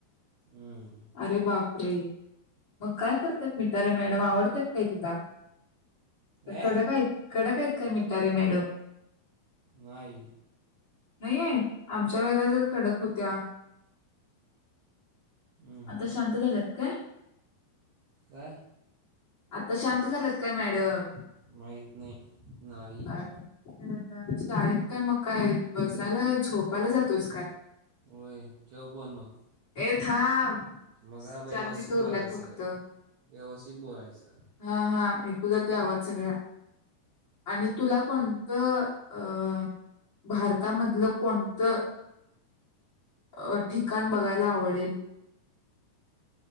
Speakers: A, on the right; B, on the left.
A: हम्म.
B: अरे बाप! रे मग काय करतात. मिटारे मॅडम आवडतात काय तुला?
A: ए
B: कडक आहेत. कडक हायत काय मिटणार रे मॅडम.
A: नाही.
B: नाही आहेत आमच्या वेळेला जर कडक होत त्या.
A: हम्म.
B: आता शांत झालेत. काय...
A: काय...
B: आता शांत झालेत, काय मॅडम.
A: माहीत नाही, नाही
B: अ शळेत काय मग काय, बसायला झोपायला जातोस काय?
A: होय ठेव फोन मग..
B: ए थांब..
A: मग काय व्यवस्थित
B: चार मिनट उरलेत
A: बोलायचं
B: फक्त
A: व्यवस्थित बोलायचं,
B: हा हा ऐकू जातोय आवाज सगळ्या आणि तुला कोणतं अं भारतामधलं कोणतं, अ ठिकाण बघायला आवडेल.